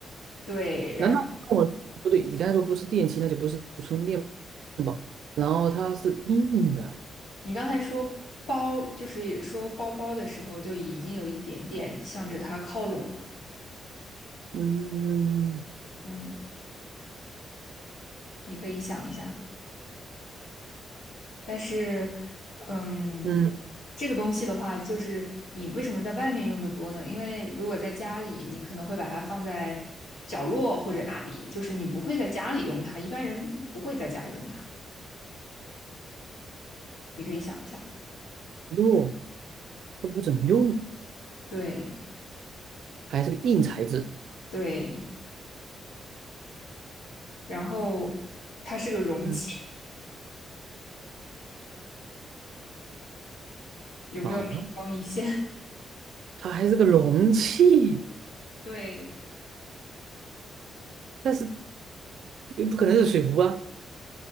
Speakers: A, on the left; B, on the right.
A: 对，然
B: 难道跟我不对？你刚才说不是电器，那就不是充电宝。然后它是硬的，
A: 你刚才说包，就是说包包的时候，就已经有一点点向着它靠拢了。
B: 嗯
A: 嗯，你可以想一下。但是，嗯，
B: 嗯，
A: 这个东西的话，就是你为什么在外面用的多呢？因为如果在家里，你可能会把它放在角落或者哪里，就是你不会在家里用它，一般人不会在家里用它。你可以想一下，
B: 哟，都不怎么用，
A: 对
B: 还是个硬材质
A: 对，然后它是个容器，
B: 嗯，
A: 有没有灵光一现？
B: 啊，它还是个容器，
A: <laughs> 对
B: 但是不可能是水壶啊，